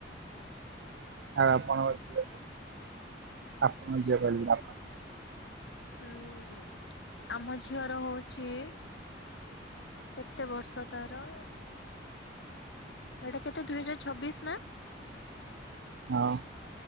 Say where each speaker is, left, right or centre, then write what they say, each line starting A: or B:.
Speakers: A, on the right; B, on the left.
A: ଆଉ ଆପଣଙ୍କ ଝିଅ ଆପଣଙ୍କ ଝିଅ କହିଲି ଆପଣ
B: ହୁଁ ଆମ ଝିଅର ହଉଛି କେତେ ବର୍ଷ ତାର? ଏଇଟା କେତେ ଦୁଇ ହଜାର ଛବିଶ ନା?
A: ହଁ।